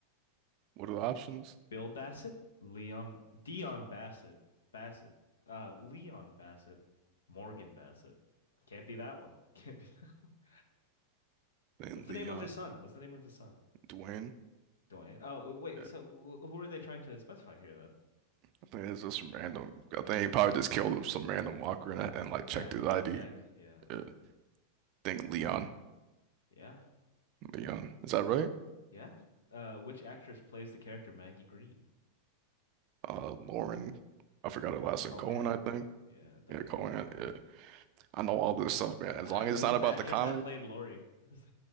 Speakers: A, on the right (about 40°); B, on the left (about 65°).
A: what are the options?
B: Bill Bassett, Leon, Dion Bassett, Bassett, uh, Leon Bassett, Morgan Bassett. Can't be that one. <laughs> Can't be that one. <laughs>
A: Then
B: What's the
A: Leon,
B: name of his son? What's the name of his son?
A: Dwayne.
B: Dwayne. Oh, wait.
A: Yeah,
B: So wh- who are they trying to specify here then?
A: I think it's just some random. I think he probably just killed some random walker and, and like checked
B: Uh,
A: his
B: name
A: ID.
B: tag. Yeah. or-
A: Yeah, I think Leon,
B: yeah.
A: Leon, is that
B: Which-
A: right?
B: Yeah. Uh, which actress plays the character Maggie Green?
A: Uh, Lauren, I forgot her last name.
B: Cohan?
A: Cohen, I think.
B: Yeah. W.
A: Yeah, Cohen.
B: W.
A: Yeah. I know all this stuff, man. As
B: All
A: long
B: right.
A: as it's
B: Who's
A: not about
B: the actress
A: the comic,
B: that played Lori? <laughs> Who's